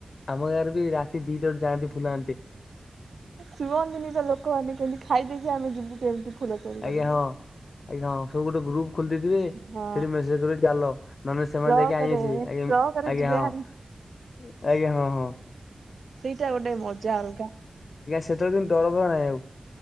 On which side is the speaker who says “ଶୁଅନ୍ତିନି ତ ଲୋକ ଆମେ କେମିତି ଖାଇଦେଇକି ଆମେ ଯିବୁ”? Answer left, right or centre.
Right